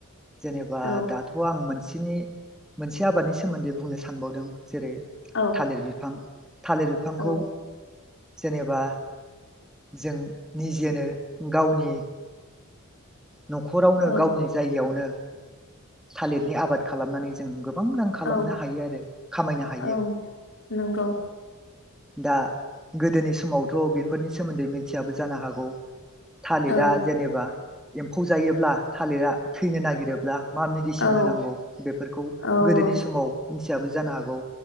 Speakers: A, in the centre; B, on the left (about 60°).
A: जेनेबा
B: औ
A: दाथ' आं मोन सेनि मोनसे आबादनि सोमोन्दै बुंनो सानबावदों जेरै
B: औ
A: थालिर बिफां थालिर बिफांखौ
B: औ
A: जेनेबा जों निजेनो गावनि न'खरावनो
B: औ
A: गावनि जायगायावनो थालिरनि आबाद खालामनानै जों गो बां रां खालामनो
B: औ
A: हायो आरो खामायनो हायो
B: औ नंगौ
A: दा गोदोनि समावथ' बेफोरनि सोमोन्दै मिथियाबो जानो हागौ थालिरा
B: औ
A: जेनेबा एम्फौ जायोब्ला थालिरा थैनो नागिरोब्ला मा मेडिसिन
B: औ
A: होनांगौ बेफोरखौ
B: औ
A: गोदोनि
B: औ
A: समाव मिथियाबो जानो हागौ